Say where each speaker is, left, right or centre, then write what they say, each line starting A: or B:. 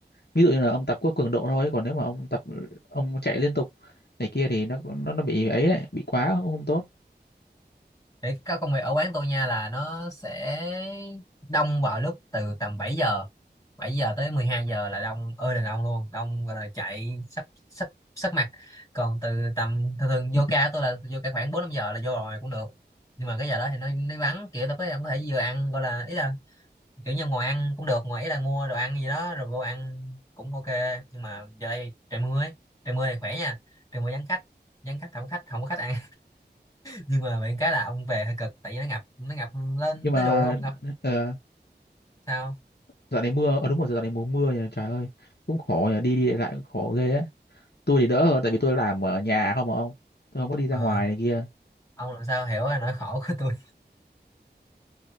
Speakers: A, on the left; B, on the left.
A: ví dụ như là ông tập có cường độ thôi còn nếu mà ông tập ông chạy liên tục này kia thì nó nó nó bị ấy, ấy bị quá cũng không tốt
B: để các công việc ở quán tôi nha là nó sẽ đông vào lúc từ tầm bảy giờ 7 giờ tới 12 giờ là đông ơi là đông luôn đông gọi là chạy sắp sắp sắp mặt còn từ tầm thường thường vô
A: <laughs>
B: ca của tôi là vô ca khoảng 4 5 giờ là vô rồi cũng được nhưng mà cái giờ đó thì nó nó vắng kiểu tôi có ông có thể vừa ăn gọi là ý là kiểu như ngồi ăn cũng được ngồi ý là mua đồ ăn gì đó rồi vô ăn cũng ok nhưng mà giờ đây trời mưa ấy trời mưa thì khỏe nha trời mưa vắng khách vắng khách không có khách không có khách ăn nhưng mà bạn cái là ông về hơi cực tại vì nó ngập nó ngập lên
A: nhưng mà
B: tới đùi luôn ngập
A: ờ,
B: sao
A: dạo này mưa ờ đúng rồi dạo này mùa mưa nhỉ trời ơi cũng khổ nhỉ đi đi lại lại cũng khổ ghê á tôi thì đỡ hơn tại vì tôi làm ở nhà không mà ông tôi không có đi ra
B: ờ,
A: ngoài này kia
B: ông làm sao hiểu là nỗi khổ của tôi